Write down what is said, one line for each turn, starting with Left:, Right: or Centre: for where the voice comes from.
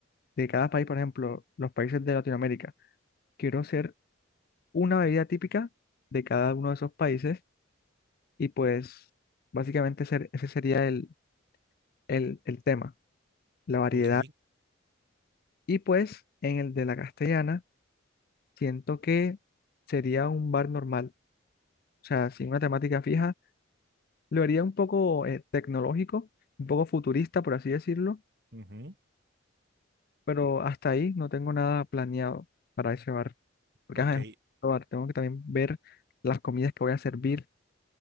Left: de cada país, por ejemplo, los países de Latinoamérica. Quiero hacer una bebida típica de cada uno de esos países y pues básicamente ser- ese sería el, el, el tema, la variedad.
Right: Ok.
Left: Y pues en el de la castellana, siento que sería un bar normal, o sea, sin una temática fija. Lo haría un poco eh, tecnológico, un poco futurista, por así decirlo,
Right: Ujú.
Left: pero hasta ahí no tengo nada planeado para ese bar, porque
Right: Ok,
Left: ajá, es un bar, tengo que también ver las comidas que voy a servir